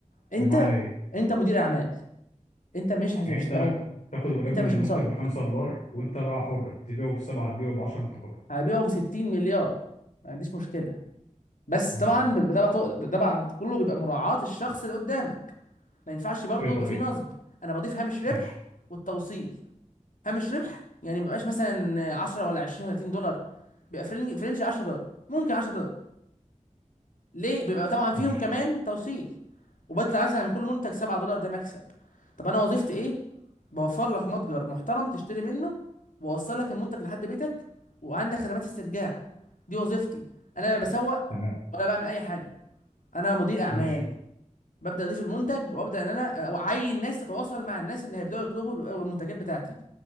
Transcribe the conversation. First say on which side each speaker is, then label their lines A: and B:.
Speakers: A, on the left; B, on the left.
A: انت
B: بمعنى ايه
A: انت مدير اعمال انت مش هت...
B: يعني
A: مش
B: انت
A: تبقى م...
B: تاخد وليكن
A: انت مش
B: المنتج
A: مسوق
B: ب 5 دولار وانت بقى حر تبيعه ب 7 تبيعه ب 10 انت حر
A: هبيعه ب 60 مليار ما عنديش مشكله بس
B: تمام
A: طبعا بيبقى طبعا طبعا طبعاً كله بيبقى مراعاه الشخص اللي قدامك ما ينفعش برضه
B: شيء
A: يبقى
B: طبيعي
A: فيه نصب انا بضيف هامش ربح
B: ماشي
A: والتوصيل هامش ربح يعني ما بيبقاش مثلا 10 ولا 20 ولا 30 دولار بيبقى في رينج في رينج 10 دولار ممكن 10 ليه بيبقى طبعا فيهم
B: ماشي
A: كمان توصيل وبطلع مثلا من كل منتج 7 دولار ده مكسب طب انا وظيفتي ايه بوفر لك متجر محترم تشتري منه واوصل لك المنتج لحد بيتك وعندك خدمات استرجاع دي وظيفتي انا لا بسوق
B: تمام
A: ولا بعمل اي حاجه انا مدير اعمال
B: ماشي
A: ببدا اضيف المنتج وابدا ان انا أو اعين ناس تتواصل مع الناس اللي هيبداوا يطلبوا ال- المنتجات بتاعتي